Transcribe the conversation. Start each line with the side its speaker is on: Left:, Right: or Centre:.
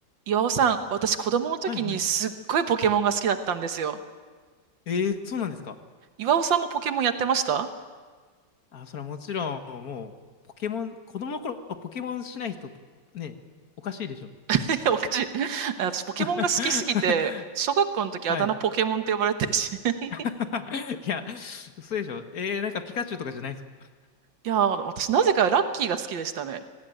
Right: 岩尾さん、私子供の時にすっごいポケモンが好きだったんですよ。
Left: はいはい。ええそうなんですか。
Right: 岩尾さんもポケモンやってました
Left: あ、それはもちろん、もう、ポケモン、子供の頃はポケモンしない人、ね、おかしいでしょ。
Right: <laughs> おかしい。<laughs> 私ポケモンが好きすぎて、
Left: <laughs>
Right: 小学校の時あだ名ポケモンって呼ばれてるし。
Left: はい。
Right: <laughs>
Left: <laughs> いや、嘘でしょ。えー、なんかピカチュウとかじゃないんですか。
Right: いやー、私なぜかラッキーが好きでしたね。